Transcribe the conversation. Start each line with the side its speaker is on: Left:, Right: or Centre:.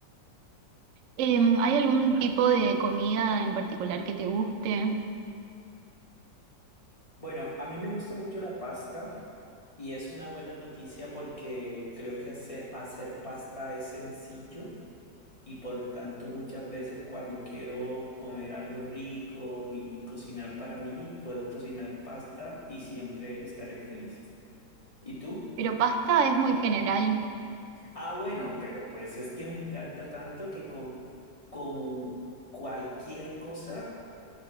Right: Em, ¿hay algún tipo de comida en particular que te guste?
Left: bueno, a mí me gusta mucho la pasta y es una buena noticia porque creo que hace- hacer pasta es sencillo. y por lo tanto muchas veces cuando quiero comer algo rico y cocinar para mí, puedo cocinar pasta y siempre estaré feliz. ¿Y tú?
Right: Pero pasta es muy general.
Left: Ah, bueno, pero pues es que me encanta tanto que con, con cualquier cosa